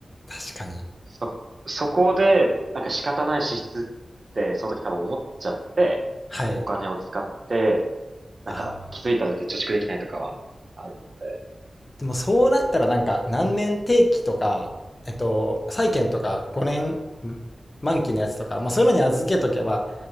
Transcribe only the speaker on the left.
確かに。
はい。
あでもそうなったらなんか何年定期とか、えっと、債券とか5年満期のやつとか、まあ、そういうのに預けとけば、